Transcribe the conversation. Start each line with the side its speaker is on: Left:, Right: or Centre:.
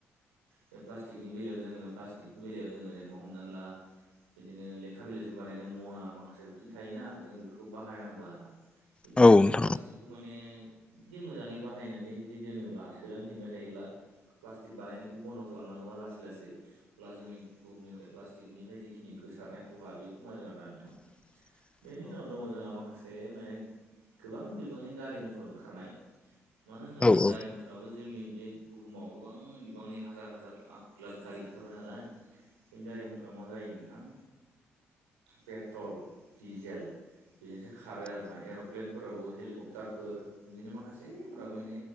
Right: बे प्लास्टिकनि बेलायाव जोङो प्लास्टिकनि बेलायाव जोङो जेनेबा हमनान ला। बिदिनो लेखा बिलाइजों बानायनाय मना माखासे बिदिनो थायोना जों बेफोरखौ बाहायनांगौ आरो ना। बिदिनो
Left: औ
Right: जोङो
Left: नोंथां औ नोंथां
Right: प्लास्टिकखौ माने बिदि मोजाङै बाहायनानै जुदि दोनोब्ला सोदांफिनबाय थायोब्ला प्लास्टिक बानायनायखौ बन्द' खालामनाङोबा लासै लासै अब्ला जोंनि बुहुमनिफ्राय प्लास्टिकनिफ्राय जिखिनि गोसारनाय खहा बेयो खमायगोन आरोना नोंथां।
Left: <inaudible>
Right: बेनि उनाव दङ जोंहा माखासे माने गोबां बिबांनि गारि मथर ओंखारनाय। मानो होनोब्ला
Left: औ
Right: गारि मथराबो जोंनि बे बुहुमाव गोबां बिबांनि हाजार हाजार लाख लाख गारि ओंखारबाय नालाय बेनि गारि मथरा मा जायो नोंथां पेट्रल, डिजेल बेजोंसो खारो आरो ना एर'प्लेनफोराबो हेलिकप्टारफोर बिदिनो माखासेफोराबो माने